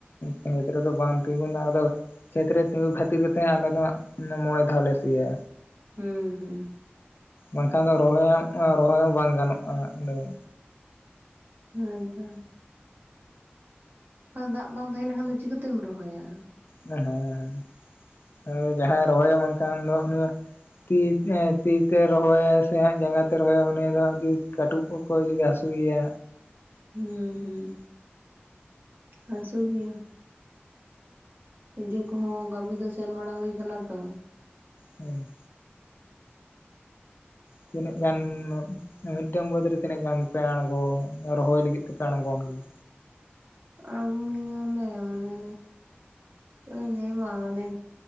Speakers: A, on the left (about 65°); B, on the right (about 60°).
A: ᱠᱷᱮᱛ ᱨᱮ ᱫᱚ ᱵᱟᱝ ᱛᱤᱸᱜᱩᱱᱟ ᱟᱫᱚᱼᱼ ᱠᱷᱮᱛ ᱨᱮ ᱛᱤᱸᱜᱩ ᱠᱷᱟᱹᱛᱤᱨᱛᱮ ᱟᱞᱮ ᱫᱚ ᱢᱚᱬᱮ ᱫᱷᱟᱣ ᱞᱮ ᱥᱤᱭᱟ᱾
B: ᱦᱮᱸ ᱦᱮᱸ
A: ᱵᱟᱝᱠᱷᱟᱱ ᱨᱚᱦᱚᱭ ᱨᱚᱦᱚᱭ ᱦᱚᱸ ᱵᱟᱝ ᱜᱟᱱᱚᱜᱼᱟ ᱚᱸᱰᱮ ᱫᱚ᱾
B: ᱟᱨ ᱫᱟᱜ ᱫᱟᱜ ᱵᱟᱝ ᱛᱟᱦᱮᱸᱞᱮᱠᱷᱟᱱ ᱫᱚ ᱪᱤᱠᱟᱹᱛᱮᱢ ᱨᱚᱦᱚᱭᱟ?
A: ᱦᱮᱸ ᱦᱮᱸ ᱦᱮᱸ ᱟᱨ ᱡᱟᱦᱟᱸᱭ ᱨᱚᱦᱚᱭᱟ ᱵᱟᱝᱠᱷᱟᱱ ᱫᱚ ᱩᱱᱤᱟᱜᱼᱼ ᱛᱤ ᱛᱤᱛᱮ ᱨᱚᱦᱚᱭᱟᱭ ᱥᱮ ᱦᱟᱸᱜ ᱡᱟᱸᱜᱟ ᱛᱮ ᱨᱚᱦᱚᱭᱟ ᱩᱱ ᱫᱚ ᱟᱹᱰᱤ ᱠᱟᱹᱴᱩᱵᱼᱼ ᱠᱚ ᱠᱚ ᱡᱩᱫᱤ ᱦᱟᱥᱩᱭ ᱼᱭᱟ᱾
B: ᱦᱩᱸ ᱦᱩᱸ ᱦᱟᱹᱥᱩ ᱜᱮᱭᱟ᱾ ᱱᱤᱡᱮ ᱠᱚᱦᱚᱸ ᱠᱟᱹᱢᱤ ᱫᱚ ᱥᱮᱱ ᱵᱟᱲᱟ ᱦᱩᱭ ᱟᱠᱟᱱᱟ ᱛᱚ᱾
A: ᱦᱮᱸ ᱛᱤᱱᱟᱹᱜ ᱜᱟᱱ <inaudible> ᱢᱤᱫᱴᱟᱹᱝ ᱵᱟᱹᱫᱽ ᱨᱮ ᱛᱤᱱᱟᱹᱜ ᱜᱟᱱ ᱯᱮ ᱟᱬᱜᱚ ᱨᱚᱦᱚᱭ ᱞᱟᱹᱜᱤᱫ ᱛᱮᱯᱮ ᱟᱬᱜᱚᱱ ᱜᱮᱭᱟ?
B: ᱟᱸᱲᱜᱚᱱ ᱜᱮᱭᱟᱞᱮ ᱢᱟᱱᱮ ᱪᱮᱫ ᱤᱧ ᱞᱟᱹᱭᱟᱢᱟ ᱢᱟᱱᱮᱼᱼ